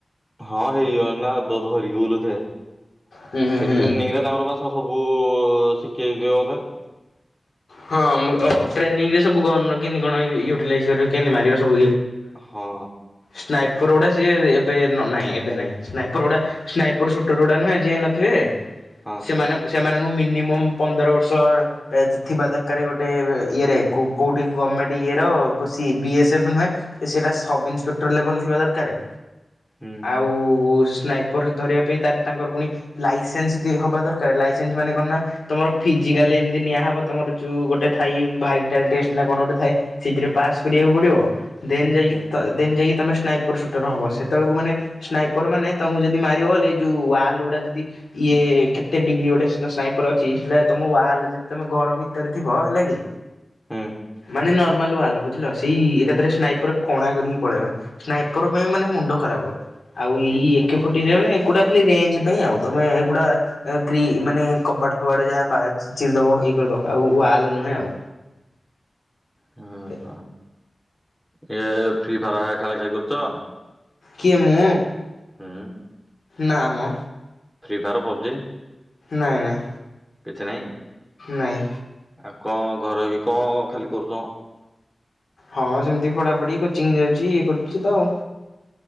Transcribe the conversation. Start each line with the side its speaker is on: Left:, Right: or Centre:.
Centre: ହଁ ହେଇଯିବ ନା ଧରିକି ବୁଲୁ ଥାଏ
Left: ହୁଁ ହୁଁ ହୁଁ।
Centre: ଟ୍ରେନିଂରେ ତାଙ୍କର ସବୁ ଶିଖେଇ ଦିଏ ବଧେ
Left: ହଁ ଟ୍ରେନିଂ ରେ ସବୁ କେମତି କଣ ୟୁଟିଲାଇଜରେ କେମିତି ମାରିବ ସବୁ।
Centre: ହଁ
Left: ସ୍ନାଇପର ଗୁଡା ସିଏ ଏବେ ନାହିଁ ଏବେ ନାଇଁ ସ୍ନାଇପର ଗୁଡା ସ୍ନାଇପର ସୁଟର ଗୁଡା ନୁହେଁ ଯିଏ ନଥିବେ
Centre: ହଁ
Left: ସେମାନ ସେମାନଙ୍କୁ ମିନିମମ୍ ପନ୍ଦର ବର୍ଷ ଏଜ୍ ଥିବା ଦରକାର ଗୋଟେ ଇଏରେ କୋଉଠି ଗଭର୍ଣ୍ଣମେଣ୍ଟ୍ ଇଏର ସି ବିଏସ୍ଏଫ୍ ନୁହେଁ। ସେଇଟା ସବ ଇନ୍ସପେକ୍ଟର ଲେବଲ ଥିବା ଦରକାର।
Centre: ହୁଁ।
Left: ଆଉ ସ୍ନାଇପର୍ ଧରିବା ପାଇଁ ତ ତାଙ୍କର ପୁଣି ଲାଇସେନ୍ସ ଦି ହବା ଦରକାର ଲାଇସେନ୍ସ ମାନେ କଣ ନା ତମର? ଫିଜିକାଲି ଏମିତି ନିଆ ହେବ ତମର ଯୋଉ ଗୋଟେ ଥାଏ ଭାଇଟାଲ୍ ଟେଷ୍ଟ ନା କଣ ଗୋଟେ ଥାଏ? ସେଥିରେ ପାସ୍ କରିବାକୁ ପଡିବ ଦେନ୍ ଯାଇକି
Centre: ହୁଁ
Left: ଦେନ୍ ଯାଇକି ତମେ ସ୍ନାଇପର ସୁଟର ହବ ସେତେବେଳକୁ ମାନେ ସ୍ନାଇପର ମାନେ ତମକୁ ଯଦି ମାରିବ ଇଏ ଯୋଉ ୱାଲ ଗୁଡା ଯଦି ଇଏ କେତେ ଡିଗ୍ରୀ ଗୋଟେ ସ୍ନାଇପର ଅଛି ସେଇଟା ତମ ୱାଲ୍ ହେଲେ ଯଦି ତମେ ଘର ଭିତରେ ଥିବ ହେଲା କି?
Centre: ହୁଁ।
Left: ମାନେ ନର୍ମାଲ ୱାଲ୍ ହେଲା ବୁଝିଲ ସେଇ ଏକାଥରେ ସ୍ନାଇପର କଣା କରିକି ପଳେଇବ। ସ୍ନାଇପର ପାଇଁ ମାନେ ମୁଣ୍ଡ ଖରାପ ଆଉ ଏଇ
Centre: ଏଇଆ।
Left: ଏକ ଫର୍ଟି ସେଭେନ ଏଗୁଡା ଖାଲି ରେ୍ଞ୍ଜ ପାଇଁ ଆଉ ତମେ ଏଗୁଡା ମାନେ ଗ୍ରୀ କବାଟ ଫବାଟ ଯାହା ପାଚ୍ ଚିରିଦବ ଇଏ କରିଦବ ଆଉ ୱାଲ୍ ନୁହେଁ ଆଉ
Centre: ହଁ
Left: ଏ।
Centre: ହଁ ଇଏ ଫ୍ରି ଫାର ହେଳା ଖେଳା ଖେଳି କରୁଚ?
Left: କିଏ ମୁଁ?
Centre: ହୁଁ
Left: ନାମ।
Centre: Free Fire PUBG.
Left: ନାଇଁ ନାଇଁ।
Centre: କିଛି ନାହିଁ।
Left: ନାଇଁ।
Centre: ଆଉ କଣ ଘରେ ରହିକି କଣ ଖାଲି କରୁଛମ?
Left: ହଁ ସେମିତି ପଢାପଢି କୋଚିଂ ଯାଉଛି ଇଏ କରୁଛି ତ ଆଉ